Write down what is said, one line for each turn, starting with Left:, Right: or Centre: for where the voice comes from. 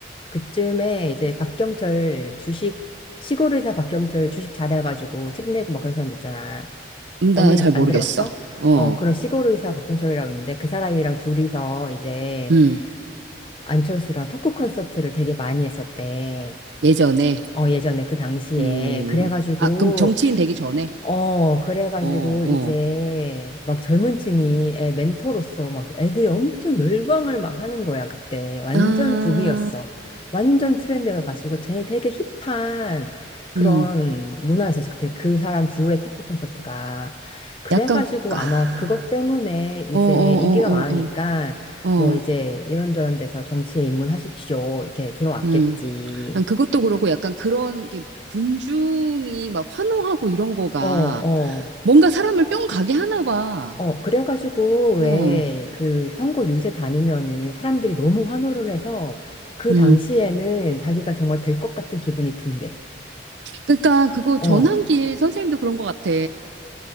Left: 그쯤에 이제 박경철 주식 시골 의사 박경철 주식 잘해가지고 책 내고 막 그런 사람 있잖아.
Right: 음, 나잘
Left: 언니
Right: 모르겠어.
Left: 안 들어봤어?
Right: 어,
Left: 어 그런 시골 의사 박경철이라고 있는데 그 사람이랑 둘이서 이제
Right: 음,
Left: 안철수랑 토크 콘서트를 되게 많이 했었대.
Right: 예전에,
Left: 어 예전에 그 당시에
Right: 음,
Left: 그래가지고
Right: 아, 그럼 정치인 되기 전에?
Left: 어, 그래가지고
Right: 어, 어.
Left: 이제 막 젊은 층이 애 멘토로서 막 애들이 엄청 열광을 막 하는 거야, 그때. 완전
Right: 아,
Left: 붐이었어. 완전 트렌드여가지고 쟤 되게 힙한 그런
Right: 음,
Left: 문화였었어. 그때 그 사람 둘의 토크 콘서트가. 그래가지고
Right: 약간,
Left: 아마
Right: 아,
Left: 그것 때문에 이제
Right: 어, 어, 어,
Left: 인기가 많으니까
Right: 어, 어, 어,
Left: 뭐 이제 이런저런 데서 정치에 입문하십시오. 이렇게 들어왔겠지.
Right: 음. 아니, 그것도 그러고 약간 그런 게 군중이 막 환호하고 이런 거가
Left: 어, 어.
Right: 뭔가 사람을 뿅 가게 하나 봐.
Left: 어, 그래가지고, 왜,
Right: 어,
Left: 그, 선거 유세 다니면은 사람들이 너무 환호를 해서 그
Right: 음.
Left: 당시에는 자기가 정말 될 것 같은 기분이 든대.
Right: 그러니까 그거 전환길
Left: 어,
Right: 선생님도 그런 것 같아.